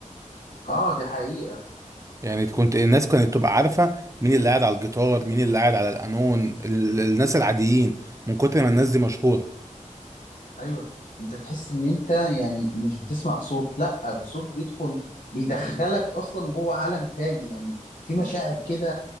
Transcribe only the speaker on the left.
اه دي حقيقه
ايوه انت تحس ان انت يعني مش بتسمع صوت لا ده صوت بيدخل بيدخلك اصلا جوه عالم تاني يعني في مشاعر كده